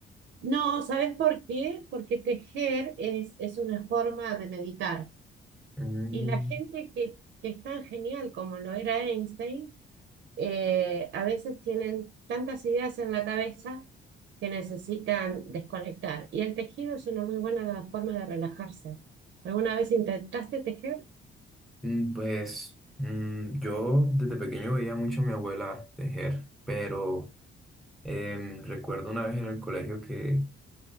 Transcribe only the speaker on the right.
No, ¿sabes por qué? Porque tejer es, es una forma de meditar.
Y la gente que, que es tan genial como lo era Einstein, eh, a veces tienen tantas ideas en la cabeza que necesitan desconectar. Y el tejido es una muy buena forma de relajarse. ¿Alguna vez intentaste tejer?